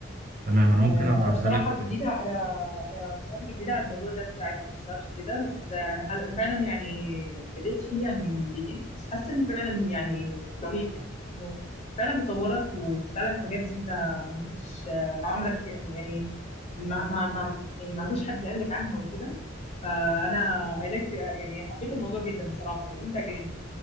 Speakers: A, on the right (about 45°); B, on the left (about 35°).
A: تمام انا
B: آه،
A: ممكن ابعتها
B: انا بصراحه
A: لك
B: جديده على انا بصراحه جديده على الموضوع ده بتاع الكورسات وكده بس آه، انا ح... انا فعلا يعني بديت فيه يعني من جديد بس حاسه انه فعلا يعني رهيب يعني انه فعلا بيطورك وبتتعلم حاجات انت ما كنتش آه، ما عمرك يعني ما ما ما يعني ما عندوش حد قال لك عنها وكده فانا اي لايك يعني حبيت الموضوع جدا بصراحه يعني ممتع جدا